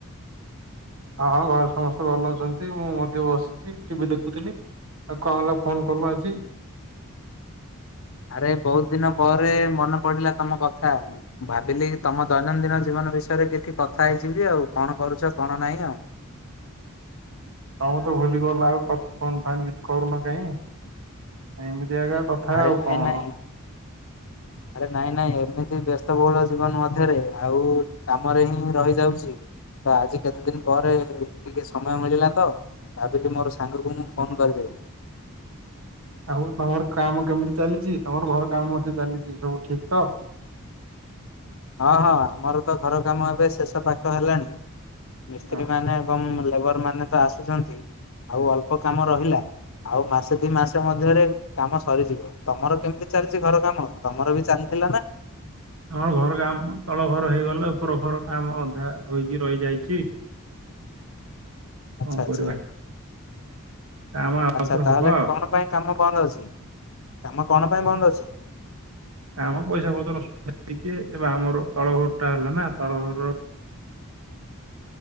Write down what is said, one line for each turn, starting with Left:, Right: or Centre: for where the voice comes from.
Right: ହଁ ହଁ ଘରେ ସମସ୍ତେ ଭଲ ଅଛନ୍ତି ମୁଁ ମଧ୍ୟ ବସିଛି ଟିଭିି ଦେଖୁଥିଲି। ଆଉ କଣ ହେଲା ଫୋନ କଲ ଆଜି?
Left: ଆରେ ବହୁତ ଦୀନ ପରେ ମନେ ପଡିଲା ତମ କଥା। ଭାବିଲି ତମ ଦୈନନ୍ଦିନ ଜୀବନ ବିଷୟରେ କିଛି କଥା ହେଇଯିବି ଆଉ କଣ କରୁଛ କଣ ନାହିଁ ଆଉ।
Right: ତମେ ତ ଭୁଲି ଗଲା ଆଉ ଫୋନ ଫାନ୍ କିଛି କରୁନ କାହିଁ ଏମିତି ଏକା କଥା
Left: ଆରେ
Right: ଆଉ
Left: ନାହିଁ
Right: କଣ
Left: ନାହିଁ। ଆରେ ନାହିଁ ନାହିଁ ଏମିତି ବ୍ୟସ୍ତ ବହୁଳ ଜୀବନ ମଧ୍ୟରେ ଆଉ କାମରେ ହିଁ ରହିଯାଉଛି। ତ ଆଜି କେତେ ଦୀନ ପରେ ଟିକେ ସମୟ ମିଳିଲା ତ। ଭାବିଲି ମୋର ସାଙ୍ଗକୁ ମୁଁ ଫୋନ୍ କରିଦେବି।
Right: ଆଉ ତମର କାମ କେମିତି ଚାଲିଛି ତମର ଘର କାମ ମଧ୍ୟ ଚାଲିଛି ସବୁ ଠିକ ତ?
Left: ହଁ ହଁ ଆମର ତ ଘର କାମ ଏବେ ଶେଷ ପାଖ ହେଲାଣି ମିସ୍ତ୍ରୀ
Right: ହଁ।
Left: ମାନେ କମ ଲେବର ମାନେ ତ ଆସିଛନ୍ତି ଆଉ ଅଳ୍ପ କାମ ରହିଲା ଆଉ ମା ଦି ମାସ ମଧ୍ୟରେ କାମ ସରିଯିବ ତମର କେମିତି ଚାଲିଛି ଘର କାମ ତମର ବି ଚାଲିଥିଲା ନା?
Right: ଆମର ଘର କାମ ତଳ ଘର ହେଇଗଲେ ଉପର ଘର କାମ ଅଧା ହୋଇକି ରହିଯାଇଛି।
Left: ଆଚ୍ଛା
Right: କଣ
Left: ଆଚ୍ଛା
Right: କରିବା କାମ ଆଉଥରେ
Left: ଆଚ୍ଛା ତାହେଲେ
Right: ହବ ଆଉ
Left: କଣ ପାଇଁ କାମ ବନ୍ଦ ଅଛି କାମ କଣ ପାଇଁ ବନ୍ଦ ଅଛି?
Right: ଆମ ପଇସା ପତ୍ର ଟିକେ ଏବେ ଆମର ତଳ ଘର ଟା ହେଲା ନା ତଳ ଘରର